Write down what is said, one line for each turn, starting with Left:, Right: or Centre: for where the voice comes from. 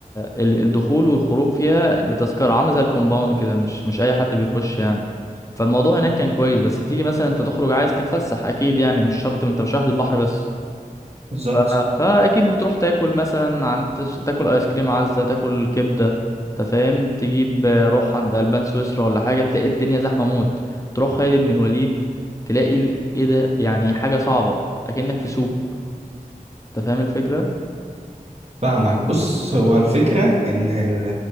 Left: ال- الدخول والخروج فيها بتذكرة عاملة زي الكومباوند كده مش مش أي حد بيخش يعني فالموضوع هناك كان كويس بس تيجي مثلا انت تخرج عايز تتفسح اكيد يعني مش شرط انت مش رايح للبحر بس
Right: بالظبط
Left: ف... فاكيد بتروح تاكل مثلا عند تس- تاكل ايس كريم عزة تاكل كبدة انت فاهم تجيب آه، روح عند البان سويسرا ولا حاجة تلاقي الدنيا زحمة موت تروح خالد بن الوليد تلاقي ال- ايه ده يعني حاجة صعبة اكنك في سوق انت فاهم الفكرة
Right: فاهمك بص هو الفكرة إن ال-